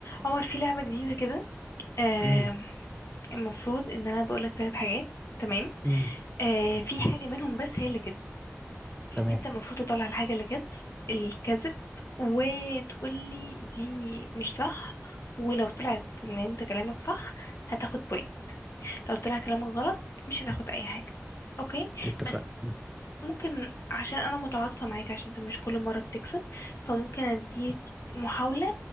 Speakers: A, on the left (about 60°); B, in the centre.
A: عمر في لعبة جديدة كده آه
B: امم
A: المفروض ان انا بقولك ثلاث حاجات تمام
B: امم
A: آه في حاجة منهم بس هي اللي كده
B: تمام
A: انت المفروض تطلع الحاجة اللي كده الكذب وتقولي دي مش صح ولو طلعت ان انت كلامك صح هتاخد بوينت لو طلع كلامك غلط مش هتاخد اي حاجة اوكي
B: اتفقنا
A: بس
B: مم.
A: ممكن عشان انا متعاطفة معاك عشان انت مش كل مرة بتكسب فممكن اديك محاولة